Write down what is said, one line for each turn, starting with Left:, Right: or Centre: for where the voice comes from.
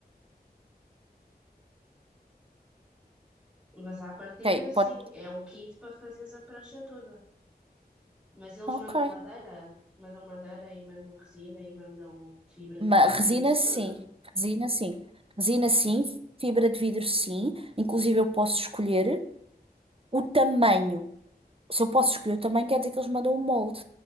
Centre: Mas à partida,
Right: ok,
Centre: sim,
Right: pode.
Centre: é um kit para fazeres a prancha toda. Mas eles
Right: Ok.
Centre: mandam madeira, mandam madeira e mandam resina e mandam fibra
Right: Mas
Centre: de vidro
Right: resina
Centre: e isso
Right: sim.
Centre: tudo.
Right: Resina sim. Resina sim. Fibra de vidro sim. Inclusive eu posso escolher o tamanho. Se eu posso escolher o tamanho, quer dizer que eles mandam o molde,